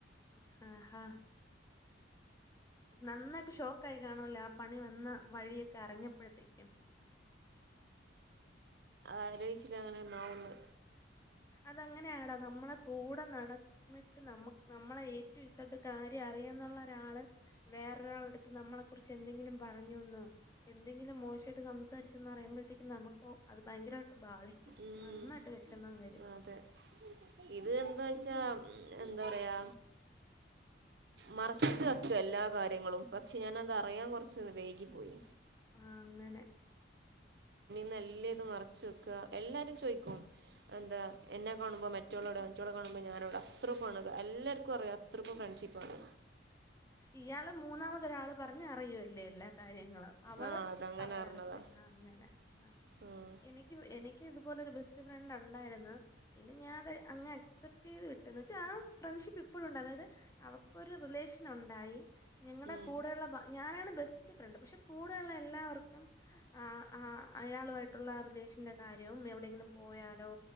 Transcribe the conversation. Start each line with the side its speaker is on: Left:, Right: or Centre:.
Left: ഹ ഹ. നന്നായിട്ട് ഷോക്കായി കാണുവല്ലേ ആ പണി വന്ന വഴിയൊക്കെ അറിഞ്ഞപ്പോഴത്തേ ഉം.
Right: ആലോയിച്ചില്ല അങ്ങനൊന്നാവുന്ന്.
Left: അതങ്ങനെയാടാ നമ്മളെ കൂടെ നടന്നിട്ട് നമ്മ നമ്മളെ ഏ റ്റു ഇസെട് കാര്യറി ന്നുള്ള ഒരാള് വേറൊരാളടുത്ത് നമ്മളെ കുറിച്ച് എന്തെങ്കിലും പറഞ്ഞോന്നോ എന്തെങ്കിലും <inaudible> സംസാരിച്ചീന്നറിയുമ്പോഴത്തേക്കും നമുക്ക അത് ഭയങ്കരമായിട്ട് ബാധിക്കും,
Right: ഉം
Left: നന്നായിട്ട് വെഷമം വരും.
Right: അതെ ഇത് എന്താ വെച്ചാ എന്താറയാ മറച്ച് വെക്ക്വ എല്ലാ കാര്യങ്ങളും, പക്ഷെ ഞാനതറിയാൻ കൊറച്ച് വെയ്കി പോയി.
Left: ആ അങ്ങനെ.
Right: നല്ല ഇത് മറച്ച് വെക്കുക എല്ലാരും ചോയിക്കും എന്താ എന്നെ കാണുമ്പോ മറ്റോളെവിടെ മറ്റോളെ കാണുമ്പോ ഞാനെവിടെ അത്രക്കു ആണ് എല്ലാർ <inaudible> അത്രക്കും ഫ്രണ്ട്ഷിപ്പാണ്.
Left: ഇയാള് മൂന്നാമതൊരാള് പറഞ്ഞ റയൂവല്ലേ എല്ലാ കാര്യങ്ങളും അവള്
Right: ആഹ് അതങ്ങനെ
Left: പറയാറില്ല
Right: പറഞ്ഞതാ
Left: ആ അങ്ങനെ ആ.
Right: ഉം
Left: എനിക്ക് എനിക്ക് ഇതുപോലെ ഒര് ബെസ്റ്റ് ഫ്രണ്ട് ഒണ്ടായിര്ന്ന് പിന്നെ ഞാത് അങ്ങ് അക്സപ് ചെയ്ത് വിട്ടു ന്നുച്ചാ ആ ഫ്രണ്ട്ഷിപ്പ് ഇപ്പോഴുണ്ട്, അതായത് അവക്കൊരു റിലേഷൻ ഒണ്ടായി ഞങ്ങടെ
Right: ഉം ഉം
Left: കൂടെയൊള്ള ഞാനാണ് ബെസ്റ്റ് ഫ്രണ്ട് പക്ഷെ കൂടെയൊള്ള എല്ലാവർക്കും ആ ആ അയാളുവായിട്ടൊള്ള റിലേഷന്റെ കാര്യം എവിടെയെങ്കിലും പോയാലോ